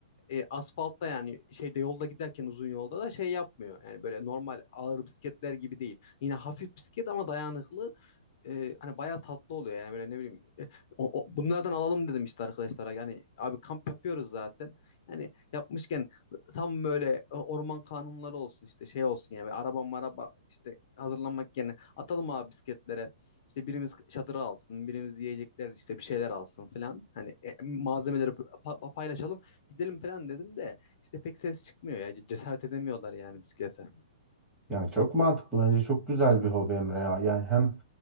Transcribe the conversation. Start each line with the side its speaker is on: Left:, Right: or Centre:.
Left: e, asfaltta yani şeyde yolda giderken uzun yolda da şey yapmıyor. Yani böyle normal ağır bisikletler gibi değil. Yine hafif bisiklet ama dayanıklı e, hani bayağı tatlı oluyor yani böyle ne bileyim e, o- o- bunlardan alalım dedim işte arkadaşlara yani abi kamp yapıyoruz zaten yani yapmışken tam böyle e, orman kanunları olsun işte şey olsun ya yani araba maraba işte hazırlanmak yerine atalım abi bisikletlere işte birimiz çadırı alsın birimiz yiyecekler işte bir şeyler alsın falan hani e, malzemeleri pa- pa- paylaşalım gidelim falan dedim de işte pek ses çıkmıyor ya cesaret edemiyorlar yani bisiklete.
Centre: Yani çok mantıklı bence çok güzel bir hobi Emre ya yani hem